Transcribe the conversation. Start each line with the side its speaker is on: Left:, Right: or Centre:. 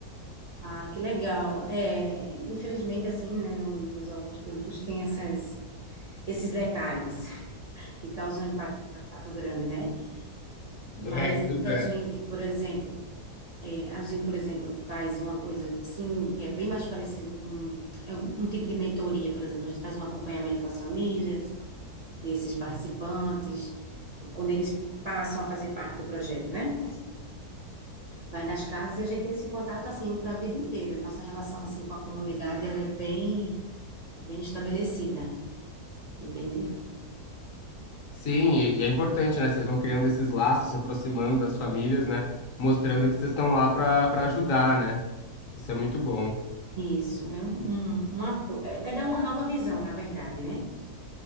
Right: Ah, que legal. É, infelizmente, assim, né, no- nos órgãos públicos tem essas, esses detalhes. que causam um impacto grande, né? Mas
Left: É, pois
Right: a gente,
Left: é.
Right: por exemplo, é, a gente, por exemplo, faz uma coisa assim, que é bem mais parecido com é um, um tipo de mentoria, por exemplo. A gente faz um acompanhamento com as famílias desses participantes, quando eles passam a fazer parte do projeto, né? Vai nas casas e a gente tem esse contato assim para a vida inteira. Nossa relação assim com a comunidade, ela é bem bem estabelecida, entende?
Left: Sim, e, e é importante, né? Vocês vão criando esses laços, se aproximando das famílias, né? Mostrando que vocês estão lá para para ajudar, né? Isso é muito bom.
Right: Isso, é um, um, um apo- é, é dar uma nova visão, na verdade, né?